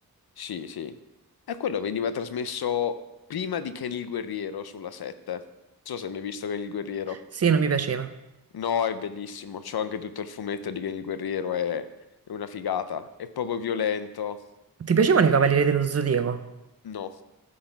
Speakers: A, on the left; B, on the right.
A: Sì, sì. E quello veniva trasmesso prima di Ken il Guerriero sulla 7. Non so se mi hai mai visto Ken il Guerriero.
B: Sì, non mi piaceva.
A: No, è bellissimo. C'ho anche tutto il fumetto di Ken il Guerriero, è, è una figata. È proprio violento.
B: Ti piacevano i Cavalieri dello Zodiaco?
A: No,